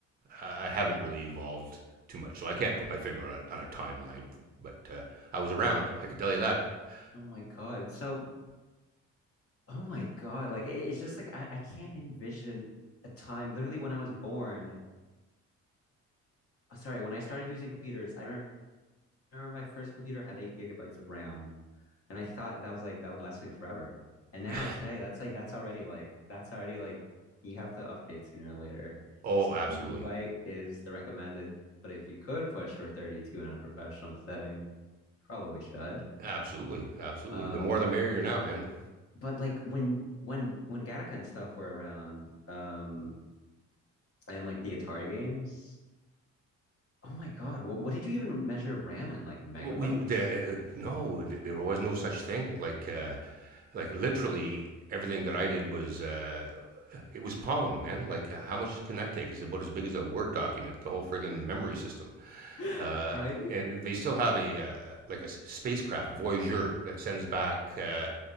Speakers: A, on the right; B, on the left.
A: I haven't really evolved too much, so I can't put my finger on, on a timeline. But uh, I was around. I can tell you that. <laughs>
B: Oh my God. So, oh my God. Like, it- it's just like I, I can't envision a time literally when I was born. uh, Sorry, when I started using computers, I remember, remember my first computer had eight gigabytes of RAM. And I thought that was like that would last me forever. And
A: Yeah.
B: now today, that's like that's already like that's already like you have to upgrade sooner or later.
A: Oh,
B: Sixteen
A: absolutely,
B: gigabyte is the recommended, but if you could push for 32 in a professional setting, probably should.
A: absolutely, absolutely.
B: Um,
A: The more the merrier now, man.
B: but like when when when Gattaca and stuff were around, um, and like the Atari games, oh my God, what what did you even measure RAM in like megabytes?
A: We there, uh, no, there was no such thing. Like, uh, like literally everything that I did was uh, it was Pong, man. Like, uh, how much can that take? It's about as big as a Word document. The whole friggin' memory system,
B: <laughs>
A: uh,
B: Right?
A: and they still have a uh, like a spacecraft Voyager that sends back. Uh,